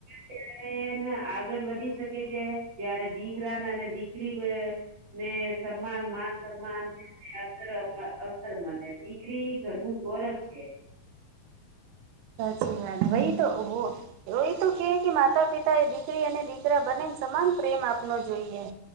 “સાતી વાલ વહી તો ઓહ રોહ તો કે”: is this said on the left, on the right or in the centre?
Right